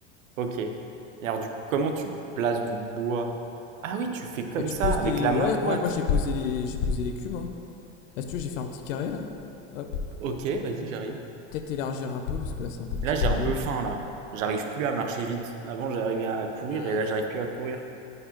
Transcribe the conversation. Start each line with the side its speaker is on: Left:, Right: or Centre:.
Right: ok. Et alors du coup, comment tu places du bois? Ah oui, tu fais comme
Left: Bah tu
Right: ça,
Left: poses
Right: avec
Left: tes.
Right: la main
Left: Ouais
Right: droite.
Left: bon ouais, moi j'ai posé les. J'ai posé les cubes hein. Là si tu veux j'ai fait un petit carré là. Hop.
Right: Ok, vas-y, j'arrive.
Left: Peut-être élargir un peu parce que là c'est un peu petit
Right: Là, j'ai
Left: pour
Right: un
Left: deux.
Right: peu faim, là. J'arrive plus à marcher vite. Avant, j'arrivais à courir
Left: Bah
Right: et là, j'arrive plus à courir.